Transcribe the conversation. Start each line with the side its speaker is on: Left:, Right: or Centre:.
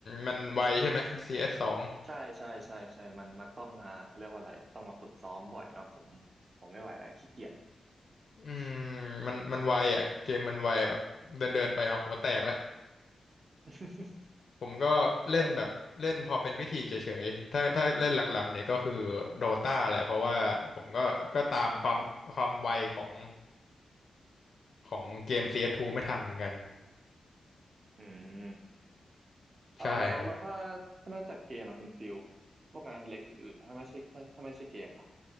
Left: มันไวใช่ไหม CS สสอง
Right: ใช่ใช่ใช่ใช่มันมันต้องมาเขาเรียกว่าอะไรอะต้องมาฝึกซ้อมบ่อยเนาะผมผมไม่ไหวแล้วขี้เกียจ
Left: อืมมันมันไวอ่ะเกมมันไวแบบเดินเดินไปเอาหัวแตกแล้ว
Right: <laughs>
Left: ผมก็เล่นแบบเล่นพอเป็นพิธีเฉยๆถ้าถ้าเล่นหลักๆเนี่ยก็คือโดตาแหละเพราะว่าผมก็ก็ตามความความไวของ
Right: เออ
Left: ของเกม CS2 ไม่ทันเหมือนกัน
Right: อืมอ๋อเราเราถ้า
Left: ใช่ครับ
Right: ถ้านอกจากเกมอะคุณฟิลพวกงานอดิเล็กอื่นๆถ้าไม่ใช่ถ้าถ้าไม่ใช่เกมล่ะ